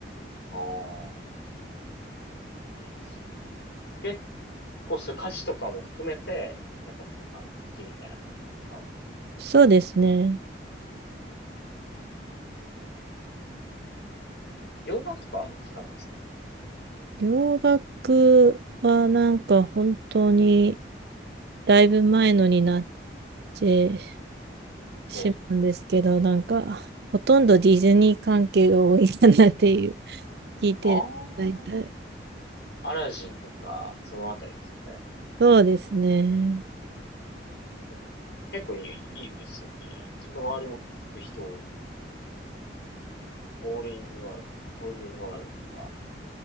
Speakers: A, on the left; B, on the right.
A: ああ、いいです。結構、そういう歌詞とかも含めて、なんか全般的になんか好きみたいな感じですか
B: そうですね。
A: うん。洋楽とかはあんま聞かないですかね
B: 洋楽はなんか本当にだいぶ前のになってしまうんですけど、
A: ええ。
B: なんかほとんどディズニー関係が多いかなっていう、聞いてる、
A: あ
B: 大体。
A: あ、アラジンとか、そのあたりですかね。
B: そうですね。
A: でも、結構いい、いいですよね。自分の周りも結構聞く人多いので、オールインニューワールド、オールインニューワールドとか。